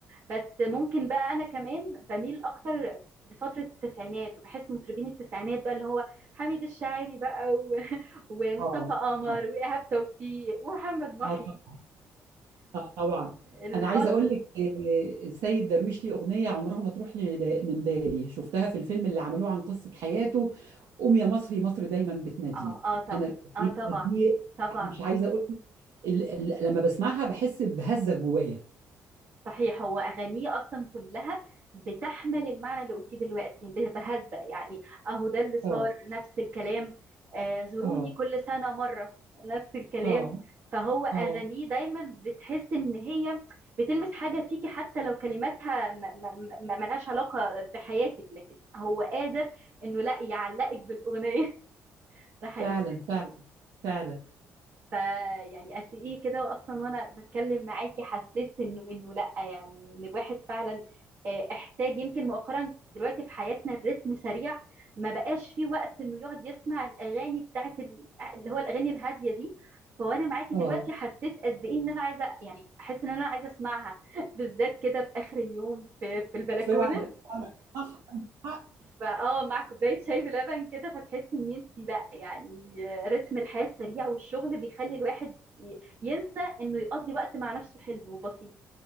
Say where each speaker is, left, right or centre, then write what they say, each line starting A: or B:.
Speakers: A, on the right (about 50°); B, on the right (about 80°).
A: بس ممكن بقى انا كمان بميل اكتر لفترة التسعينات وبحس مطربين التسعينات بقى اللي هو حميد الشاعري بقى و... <laughs> ومصطفى
B: اه
A: قمر
B: اه
A: وإيهاب توفيق ومحمد محي
B: آه طبعا اه طبعا
A: الفترة
B: انا عايزه اقول لك آه، السيد درويش ليه اغنيه عمرها ما تروح لي ب- من بالي شفتها في الفيلم اللي عملوه عن قصه حياته قوم يا مصري مصر دايما بتناديك
A: اه اه طبعا
B: انا الاغنيه
A: اه طبعا
B: دي
A: طبعا
B: مش عايزه اقول لك ال- ال- لما بسمعها بحس بهزه جوايا
A: صحيح هو أغانيه أصلا كلها بتحمل المعنى اللي قلتيه دلوقتي ب- بهذا يعني أهو ده اللي صار
B: اه
A: نفس الكلام آه، زوروني
B: اه
A: كل سنة مرة نفس الكلام
B: اه
A: فهو أغانيه
B: اه
A: دايما بتحس إن هي بتلمس حاجة فيكي حتى لو كلماتها م- م- م- ملهاش علاقة بحياتك لكن هو قادر إنه لا يعلقك بالأغنية <laughs> ده حقيقي
B: فعلا فعلا فعلا
A: فيعني قد ايه كده اصلا وانا بتكلم معاكي حسيت انه انه لا يعني ان الواحد فعلا آه، احتاج يمكن مؤخرا دلوقتي في حياتنا الريتم سريع ما بقاش فيه وقت انه يقعد يسمع الاغاني بتاعت ال- اللي هو الاغاني الهاديه دي فوانا معاكي
B: اه
A: دلوقتي حسيت قد ايه ان انا عايزه يعني احس ان انا عايزه اسمعها <laughs> بالذات كده في اخر اليوم في في البلكونه
B: فعلا فعلا صح عندك حق،
A: فاه مع كوبايه شاي بلبن كده فتحسي ان انت لا يعني رتم الحياه السريع والشغل بيخلي الواحد ي- ينسى انه يقضي وقت مع نفسه حلو وبسيط